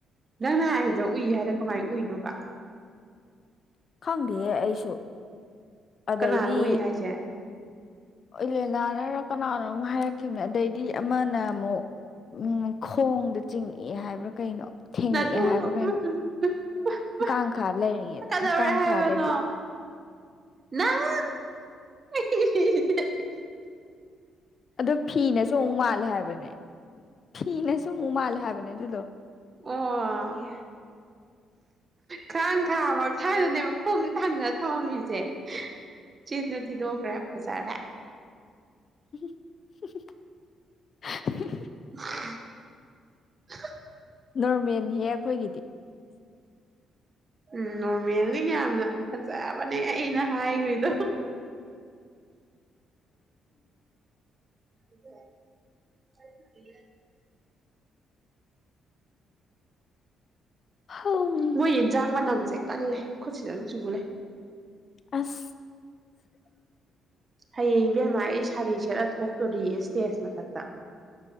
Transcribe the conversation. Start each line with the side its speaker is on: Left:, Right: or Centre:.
Right: ꯅꯪꯅ ꯑꯩꯗꯨ ꯎꯏ ꯍꯥꯏꯔ ꯀꯃꯥꯏꯅ ꯎꯏꯅꯣꯕ
Left: ꯈꯪꯗꯦꯍꯦ ꯑꯩꯁꯨ ꯑꯗꯩꯗꯤ
Right: ꯀꯅꯥꯅꯣ ꯎꯏ ꯍꯥꯏꯁꯦ
Left: ꯏꯂꯦꯅꯥꯅꯔ ꯀꯅꯥꯅꯣ ꯑꯃ ꯍꯥꯏꯔꯛꯈꯤꯕꯅꯦ ꯑꯗꯩꯗꯤ ꯑꯃꯅ ꯑꯃꯨꯛ ꯎꯝ ꯈꯣꯡꯗ ꯆꯤꯡꯉꯛꯏ ꯍꯥꯏꯕ꯭ꯔꯥ ꯀꯩꯅꯣ ꯊꯦꯡꯉꯛꯑꯦ
Right: ꯅꯗꯨ
Left: ꯍꯥꯏꯕ꯭ꯔꯥ
Right: <unintelligible>
Left: ꯀꯩꯅꯣ ꯀꯥꯡꯈꯥ ꯂꯩꯔꯤꯉꯩꯗ
Right: ꯀꯩꯗꯧꯔꯦ
Left: ꯀꯥꯡꯈꯥꯗꯒꯤ
Right: ꯍꯥꯏꯕꯅꯣ ꯅꯪ ꯑꯩꯗꯤ
Left: ꯑꯗꯨ ꯐꯤꯅꯁꯨ ꯑꯃꯨꯛ ꯃꯥꯜꯂꯦ ꯍꯥꯏꯕꯅꯦ ꯐꯤꯅꯁꯨ ꯑꯃꯨꯛ ꯃꯥꯜꯂꯦ ꯍꯥꯏꯕꯅꯦ ꯑꯗꯨꯗꯣ
Right: ꯑꯣ ꯀꯥꯡꯈꯥ ꯃꯈꯥꯗꯅꯦꯕ ꯈꯣꯡꯁꯦ ꯊꯥꯡꯗꯔ ꯊꯝꯃꯝꯃꯤꯁꯦ ꯆꯤꯟꯁꯨ ꯊꯤꯗꯣꯛꯈ꯭ꯔꯦ ꯐꯖꯔꯦ
Left: <unintelligible>
Right: <unintelligible>
Left: ꯅꯣꯔꯃꯦꯜꯅꯤꯍꯦ ꯑꯩꯈꯣꯏꯒꯤꯗꯤ
Right: ꯎꯝ ꯅꯣꯔꯃꯦꯜꯅꯤ ꯌꯥꯝꯅ ꯐꯖꯕꯅꯦ ꯑꯩꯅ ꯍꯥꯏꯈ꯭ꯔꯤꯗꯣ ꯎꯝ <unintelligible>
Left: ꯍꯝ
Right: ꯃꯣꯏ ꯌꯦꯟꯁꯥꯡ ꯃꯅꯝꯁꯦ ꯀꯜꯂꯦ ꯈꯨꯠꯁꯤꯗ ꯑꯗꯨꯝ ꯆꯨꯂꯩ
Left: ꯑꯁ
Right: ꯍꯌꯦꯡ ꯏꯕꯦꯝꯃ ꯑꯩ ꯁꯥꯔꯤ ꯁꯦꯠꯂ ꯊꯣꯛꯇꯣꯔꯤꯌꯦ ꯏꯁꯇꯦꯖ ꯃꯊꯛꯇ